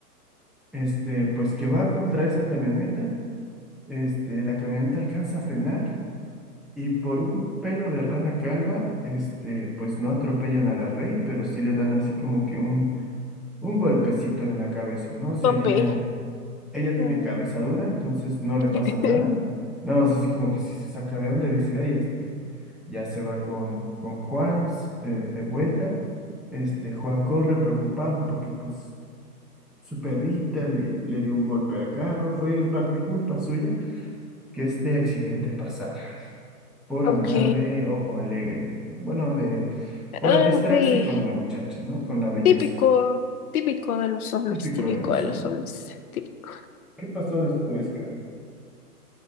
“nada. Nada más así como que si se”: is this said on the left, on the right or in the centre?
Centre